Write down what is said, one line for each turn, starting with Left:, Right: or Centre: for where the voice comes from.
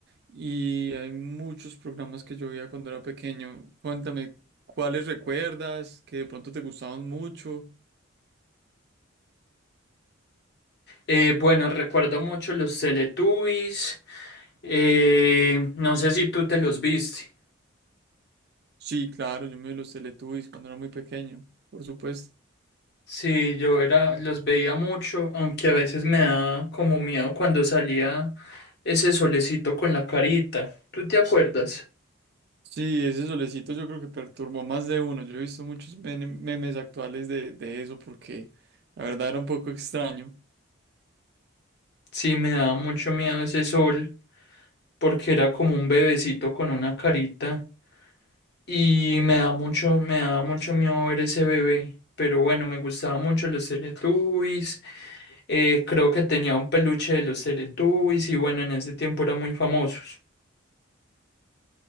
Right: y hay muchos programas que yo veía cuando era pequeño. Cuéntame, ¿cuáles recuerdas que de pronto te gustaban mucho?
Left: Eh, bueno, recuerdo mucho los Teletubbies. eh, no sé si tú te los viste.
Right: Sí, claro, yo me vi los Teletubbies cuando era muy pequeño, por supuesto.
Left: Sí, yo era, los veía mucho, aunque a veces me da como miedo cuando salía ese solecito con la carita. ¿Tú te acuerdas?
Right: Sí, ese solecito yo creo que perturbó a más de uno. Yo he visto muchos mene- memes actuales de, de eso porque la verdad era un poco extraño.
Left: Sí, me daba mucho miedo ese sol porque era como un bebecito con una carita y me da mucho, me daba mucho miedo ver ese bebé. Pero bueno, me gustaba mucho los Teletubbies. eh, creo que tenía un peluche de los Teletubbies y bueno, en ese tiempo eran muy famosos.